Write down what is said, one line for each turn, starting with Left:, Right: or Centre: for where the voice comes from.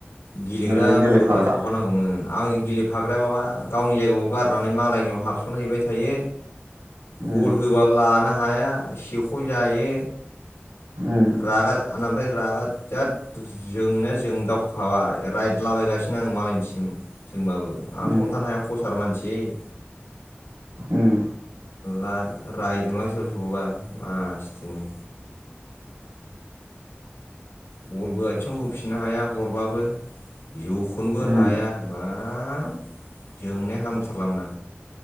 Left: गेलेग्रा
Right: नोंजों गेलेफाग्रा
Left: बल होग्रा थाफानांगौमोन आं गेलेफाग्राया माबा गावनि जायगायाव गारनानै मालायनियाव हाबसनहैबाय थायो
Right: उम
Left: बल होबा लाना हाया सेख' जायो।
Right: उम
Left: रागा आंना आमफाय रागा दा जोंनाया जों दाउ माबा रायदला बायगासिनो आङो मालायनि टिम होनबाबो आंथ
Right: उम
Left: हमथानो हाया खसार मानसि ए
Right: उम
Left: लाद रायदोंलां सोरबा सोरखौबा मासथिनि बलबो आथिं आव होफिननो हाया हरबाबो जोखनोबो
Right: उम
Left: हाया बाल जोंनाया हामथारलामोन